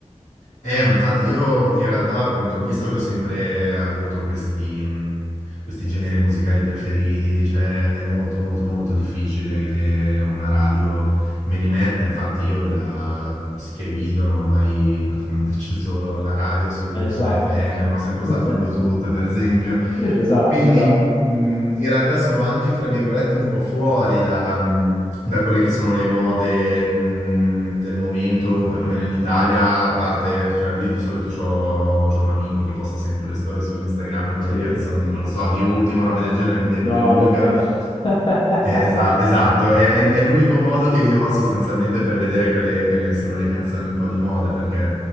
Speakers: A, on the left; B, on the left.
A: Eh, ma infatti io in realtà appunto, visto che ho sempre avuto questi mhmm, questi generi musicali preferiti, cioè è molto, molto, molto difficile che una radio me li metta. Infatti, io da mm, che guido non ho mai praticamente <laughs> acceso la radio su-
B: Esatto,
A: sulla FM, ma ho sempre usato
B: <laughs>
A: Bluetooth, per esempio.
B: esatto,
A: Quindi
B: esatto.
A: mh, in realtà sono anche, fra virgolette, un po' fuori da, mh, da quelle che sono le mode mh, del momento, perlomeno in Italia, a parte, cioè, io di solito c'ho, c'ho un amico che posta sempre le storie su Instagram con
B: Sì.
A: le canzoni, non lo so, di Ultimo, roba del genere, quindi è,
B: No,
A: è l'unica
B: per carità. <laughs>
A: eh, esa- esatto, è, è- è l'unico modo che io ho sostanzialmente per vedere quelle che sono le canzoni un po' di moda, perché